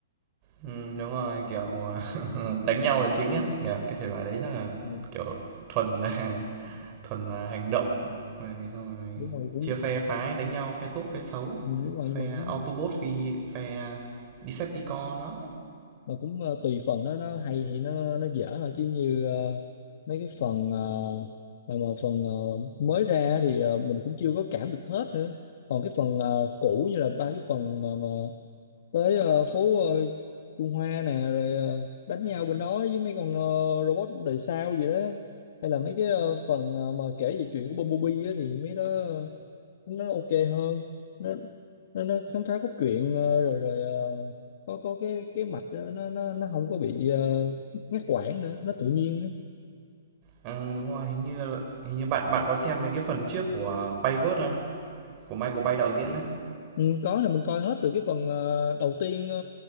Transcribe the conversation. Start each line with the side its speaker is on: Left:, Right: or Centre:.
Right: ừm, đúng rồi, kiểu, ờ, <laughs> đánh nhau là chính á nhỉ? Cái thể loại đấy chắc là,
Left: Ừ,
Right: kiểu, thuần là <laughs> thuần là hành động này, xong rồi
Left: đúng rồi cũng
Right: chia phe phái đánh nhau, phe tốt, phe xấu,
Left: ừ, đúng rồi
Right: phe
Left: nhưng mà cũng
Right: Autobot phi phe Decepticon đó.
Left: mà cũng ờ, tùy phần nó nó hay thì nó nó dở thôi chứ như ờ, mấy cái phần ờ, mà, mà phần ờ, mới ra thì ờ, mình cũng chưa có cảm được hết nữa còn cái phần ờ, cũ như là ba cái phần mà, mà tới ờ, phố ờ, Trung Hoa nè rồi ờ, đánh nhau bên đó với mấy con ờ, robot đời sao gì đó hay là mấy cái ờ, phần ờ, mà kể về chuyện của Bumblebee á thì mấy đó nó ok hơn nó nó, nó khám phá cốt truyện ờ, rồi rồi ờ, có có cái cái mạch đó, nó nó nó không có bị ờ, ngắt quãng nữa nó tự nhiên nữa.
Right: Ờ, đúng rồi, hình như hình như bạn bạn có xem mấy cái phần trước của Bayverse không? Của Michael Bay đạo diễn đấy
Left: Ừ, có là mình coi hết từ cái phần ờ, đầu tiên ờ,